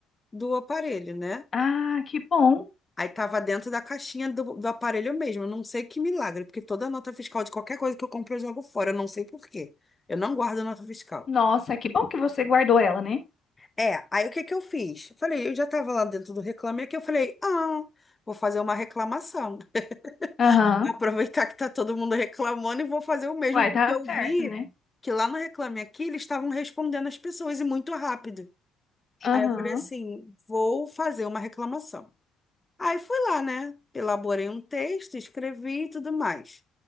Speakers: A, on the left; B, on the left.
A: do aparelho, né?
B: Ah, que bom.
A: Aí tava dentro da caixinha do, do aparelho mesmo. Eu Não sei que milagre, porque toda nota fiscal de qualquer coisa que eu compro eu jogo fora. Eu não sei por quê. Eu não guardo nota fiscal.
B: Nossa, que bom que você guardou ela, né?
A: É, aí o que que eu fiz? Eu Falei, eu já tava lá dentro do Reclame Aqui, eu falei, ah, vou fazer uma reclamação.
B: Aham.
A: <laughs> Aproveitar que tá todo mundo reclamando e vou fazer o mesmo,
B: Uai,
A: porque
B: tá
A: eu
B: certo,
A: vi
B: né?
A: que lá no Reclame Aqui eles estavam respondendo as pessoas e muito rápido.
B: Aham.
A: Aí eu falei assim, vou fazer uma reclamação. Aí fui lá, né? Elaborei um texto, escrevi e tudo mais.